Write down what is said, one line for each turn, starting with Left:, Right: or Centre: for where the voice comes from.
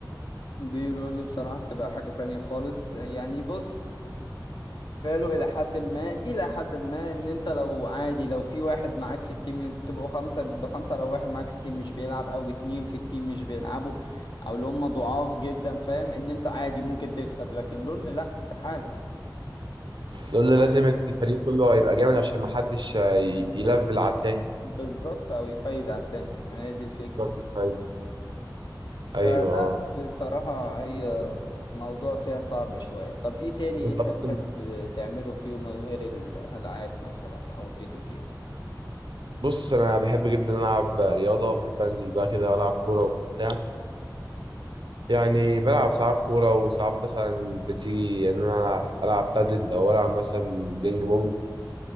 Left: دي لول بصراحة بتبقى حاجة تانية خالص يعني بص فالو إلى حد ما إلى حد ما إن أنت لو عادي لو في واحد معاك في التيم بتبقوا خمسة ضد خمسة لو واحد معاك في التيم مش بيلعب أو اتنين في التيم مش بيلعبوا أو اللي هم ضعاف جدا فاهم إن أنت عادي ممكن تكسب لكن لول لأ استحالة استحالة
Right: لول لازم الفريق كله يبقى جامد عشان ما حدش آه، ي- يلفل
Left: بالظبط
Right: على التاني
Left: بالظبط أو يفايد على التانية ما هي دي الفكرة
Right: بالظبط فاهم ايوه
Left: فلا
Right: اه
Left: بصراحة هي موضوع فيها صعب شوية طب ايه تاني
Right: وانت
Left: انت
Right: اصلا
Left: تحب تعمله في يومك غير الألعاب مثلا أو الفيديو جيم
Right: بص انا بحب جدا العب رياضه بحب انزل بقى كده والعب كوره وبتاع يعني بلعب ساعات كوره وساعات مثلا بتيجي ان انا العب بادل او العب مثلا بينج بونج